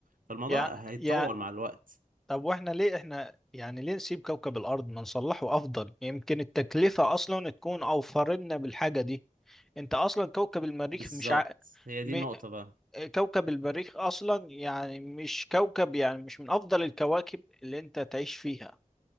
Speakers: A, on the right (about 80°); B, in the centre.
A: فالموضوع
B: يا
A: هيتطور
B: يا
A: مع الوقت
B: طب واحنا ليه احنا يعني ليه نسيب كوكب الارض ما نصلحه افضل يمكن التكلفة اصلا تكون اوفر لنا بالحاجة دي انت اصلا كوكب المريخ
A: بالظبط
B: مش ع...
A: هي دي
B: م...
A: النقطة بقى
B: كوكب المريخ اصلا يعني مش كوكب يعني مش من افضل الكواكب اللي انت تعيش فيها